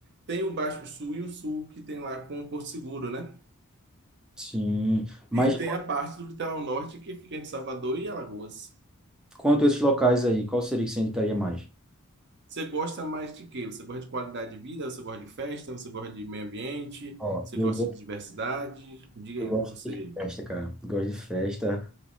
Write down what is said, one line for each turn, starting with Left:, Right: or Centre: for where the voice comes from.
Right: Tem o Baixo Sul e o Sul, que tem lá com o Porto Seguro, né?
Centre: Sim, mas
Right: E tem a parte do litoral norte que fica entre Salvador e Alagoas.
Centre: quanto a esses locais aí, qual seria que você indicaria mais?
Right: Você gosta mais de quê? Você gosta de qualidade de vida? Você gosta de festa? Você gosta de meio ambiente?
Centre: Ó,
Right: Você
Centre: eu
Right: gosta de diversidade? Diga
Centre: Eu
Right: aí
Centre: gosto
Right: o que você.
Centre: de festa, cara. Eu Gosto de festa.